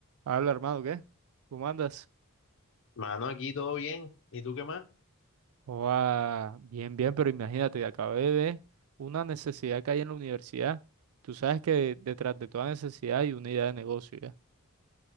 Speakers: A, on the right (about 70°); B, on the left (about 60°).
A: Habla, hermano, ¿qué? ¿Cómo andas?
B: Mano, aquí todo bien. ¿Y tú qué más?
A: Oa, bien, bien, pero imagínate, acabé de ver una necesidad que hay en la universidad. Tú sabes que detrás de toda necesidad hay una idea de negocio, ¿ya?